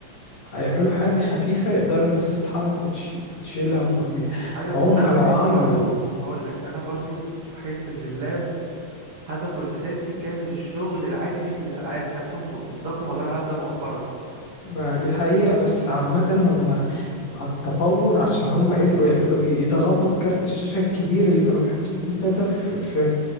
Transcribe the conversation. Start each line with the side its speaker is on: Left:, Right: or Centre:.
Left: هيعملوا حاجة خفيفة يقدر الناس تتحرك وتش- وتشيلها وتروح بيها
Right: ايوه
Left: فهم
Right: بس انا
Left: لو
Right: بحس
Left: عملوا
Right: برضو بقول لك انا برضو بحس ان اللاب هدفه الاساسي كان للشغل العادي مش للالعاب حاسسهم ضافوا موضوع الالعاب ده مؤخرا
Left: ما دي حقيقة بس عامة هم مع التطور عشان هم قدروا يعملوا ايه يضغطوا الكارت الشاشة الكبير اللي كانوا بيحطوه في الكمبيوتر ده في في